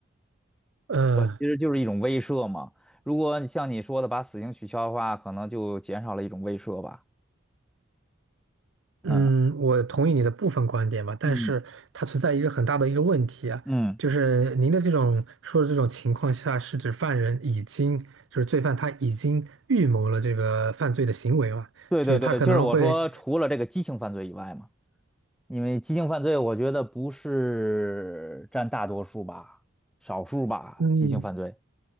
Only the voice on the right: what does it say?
呃
嗯，
我同意你的部分观点吧，但是它存在一个很大的一个问题啊，
就是您的这种说的这种情况下，是指犯人已经就是罪犯他已经预谋了这个犯罪的行为嘛，
就是他可能会。
嗯。